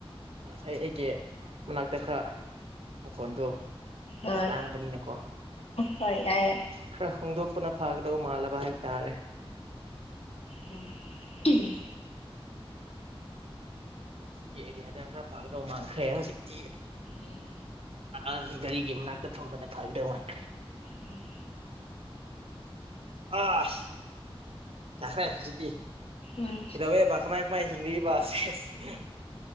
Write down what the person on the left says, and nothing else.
ꯍꯣꯏ
ꯍꯣꯏ ꯌꯥꯏ
ꯑꯝ <unintelligible>
ꯎꯝ
ꯎꯝ
ꯎꯝ